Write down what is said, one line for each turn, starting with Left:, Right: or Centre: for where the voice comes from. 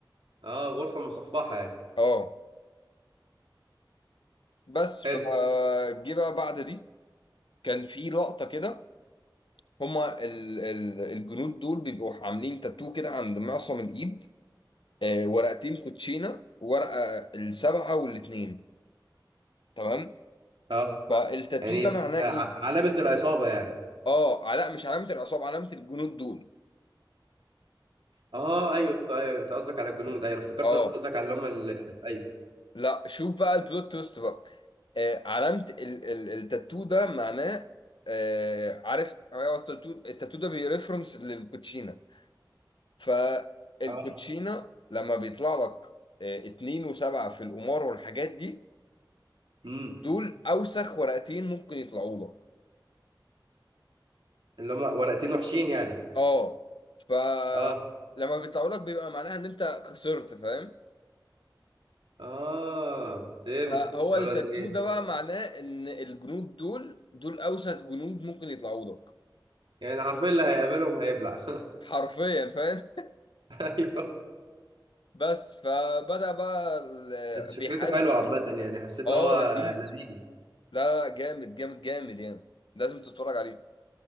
Right: اه اه غرفة مصفحة يعني
Left: اه بس فجه
Right: حلو
Left: بقى بعد دي كان في لقطة كده هما ال ال الجنود دول بيبقوا عاملين تاتو كده عند معصم الايد آه، ورقتين كوتشينه ورقه السبعه والاثنين تمام
Right: اه
Left: فالتاتو
Right: يعني
Left: ده معناه
Right: ع-
Left: ايه
Right: علامة العصابة يعني
Left: اه لا مش علامه العصابه علامه الجنود دول
Right: اه ايوه ايوه انت قصدك على الجنود ايوه انا افتكرت
Left: اه
Right: قصدك على اللي هم ال... ايوه
Left: لا شوف بقى البلوت تويست بقى آه علامه ال ال التاتو ده معناه آه عارف آه، هو التاتو التاتو ده بيرفرنس للكوتشينه فالكوتشينه
Right: اه
Left: لما بيطلع لك آه، اتنين وسبعة في القمار والحاجات دي
Right: امم
Left: دول اوسخ ورقتين ممكن يطلعوا لك
Right: اللي هم ورقتين وحشين يعني
Left: اه فلما
Right: اه
Left: بيطلعوا لك بيبقى معناها ان انت خسرت فاهم
Right: اه فهمت
Left: فهو
Right: يا
Left: التاتو
Right: ولاد الايه
Left: ده بقى معناه ان الجنود دول دول اوسخ جنود ممكن يطلعوا لك
Right: يعني حرفيا اللي هيقابلهم هيبلع
Left: حرفيا فاهم
Right: <laughs> ايوه
Left: بس فبدأ بقى ال-
Right: بس
Left: بيحارب
Right: فكرته حلوه عامه يعني حسيت
Left: اه
Right: ان هو
Left: لذيذ
Right: لذيذ
Left: لا لا، جامد جامد جامد يعني لازم تتفرج عليه